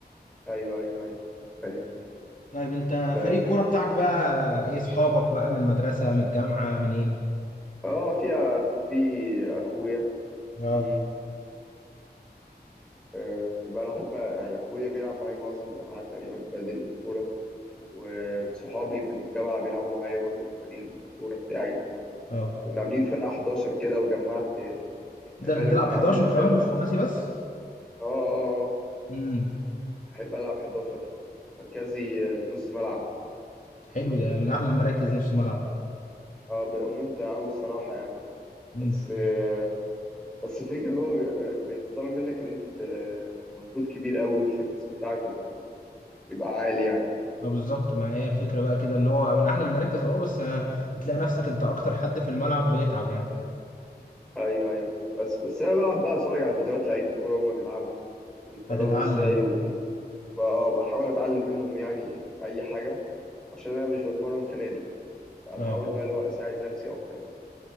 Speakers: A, in the centre; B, on the left (about 50°).
A: ايوه ايوه ايوه ايوه
B: طيب انت
A: آه.
B: فريق الكوره بتاعك بقى ايه اصحابك بقى من المدرسه من الجامعه منين
A: اه فيها في اخويا
B: اه
A: في آه، بلعب يعني اخويا بيلعب معايا معظم الالعاب تقريبا بادل والكوره وصحابي من الجامعه بيلعبوا معايا برضو في فريق الكوره بتاعي
B: اه
A: كنا عاملين فرقه 11 كده وجمعت يعني
B: ده
A: انا
B: انت
A: اللي
B: بتلعب
A: كنت
B: 11
A: عامل الفرقه
B: كمان مش
A: اه
B: خماسي بس
A: اه اه
B: امم
A: بحب العب 11 مركزي آه، نص ملعب
B: حلو ده من احلى المراكز نص ملعب ده
A: اه بيبقى ممتع قوي الصراحه يعني
B: امم
A: بس آه، بس الفكره ان هو بي- بي- بيتطلب منك ان انت ت- منكود كبير قوي والفتنس بتاعك يبقى يبقى عالي يعني
B: اه بالظبط ما هي الفكره بقى كده ان هو من احلى المراكز اه بس آه، هتلاقي نفسك انت اكتر حد في الملعب بيتعب يعني
A: ايوه ايوه بس بس انا بقعد بقى اتفرج على فيديوهات لعيبه كوره وهما بيلعبوا وبيتمرنوا
B: فتتعلم
A: ازاي
B: بقى
A: وبي... وبقى آه، بحاول اتعلم منهم يعني اي حاجه عشان انا مش بتمرن في نادي فبحاول
B: اه
A: بقى اللي هو اساعد نفسي اكتر يعني